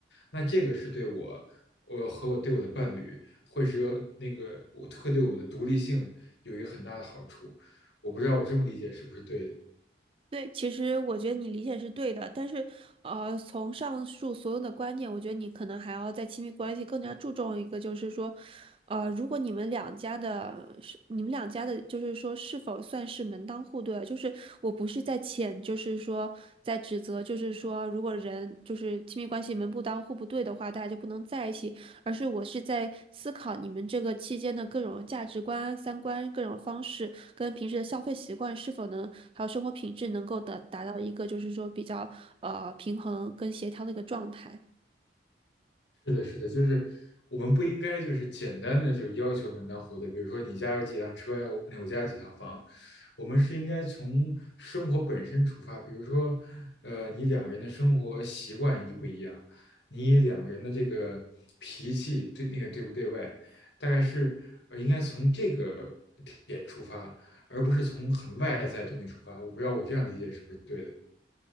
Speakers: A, on the left; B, on the right.
A: 那这个是对我，我和我对我的伴侣，会是个那个，我会对我们的独立性有一个很大的好处。我不知道我这么理解是不是对的。
B: 对，其实我觉得你理解是对的，但是，呃，从上述所有的观点，我觉得你可能还要在亲密关系更加注重一个，就是说，呃，如果你们两家的是你们两家的，就是说是否算是门当户对啊，就是我不是在谴，就是说在指责，就是说如果人就是亲密关系门不当户不对的话，大家就不能在一起。而是我是在思考你们这个期间的各种价值观、三观、各种方式，跟平时的消费习惯是否能，还有生活品质能够的达到一个就是说比较呃平衡跟协调的一个状态。
A: 是的，是的，就是我们不应该就是简单的就要求门当户对，比如说你家有几辆车呀，我我家有几套房，我们是应该从生活本身出发，比如说，呃，你两个人的生活习惯一不一样，你两个人的这个脾气对那个对不对外，大概是呃应该从这个点出发，而不是从很外在的东西出发。我不知道我这样理解是不是对的。